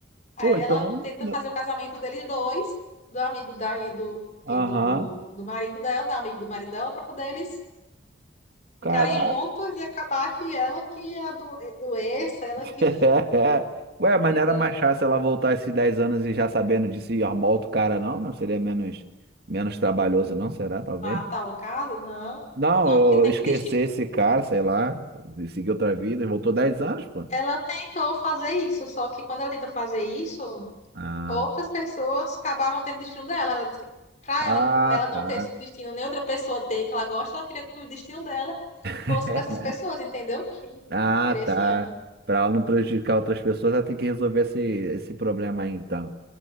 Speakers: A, on the left (about 35°); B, on the right (about 55°).
A: Aí
B: Pô,
A: ela
B: então.
A: tenta
B: n-
A: fazer o casamento deles dois, do amigo da, e do, e
B: Aham.
A: do, do marido dela, da amiga do marido dela, para poder eles ficarem
B: Caraca.
A: juntos e acabar que ela que é a do, é, doença, ela
B: <laughs>
A: que
B: Ué, mas
A: entendeu?
B: não era mais fácil ela voltar esses 10 anos e já sabendo disso e arrumar outro cara, não? Não seria menos, menos trabalhoso, não? Será, talvez?
A: mata o caso. Não,
B: Não,
A: não, que tem
B: eu esqueci
A: que destino.
B: esse cara, sei lá. Seguiu outra vida, voltou 10 anos, pô.
A: Ela tentou fazer isso, só que quando ela tenta fazer isso,
B: Ah,
A: outras pessoas acabavam tendo o destino dela. Ela disse que pra
B: ah,
A: ela, ela não
B: tá.
A: ter esse destino, nem outra pessoa ter que ela gosta, ela queria que o destino dela fosse
B: <laughs>
A: para essas pessoas, entendeu? Que
B: Ah,
A: mereciam.
B: tá. Pra ela não prejudicar outras pessoas, ela tem que resolver esse, esse problema aí, então.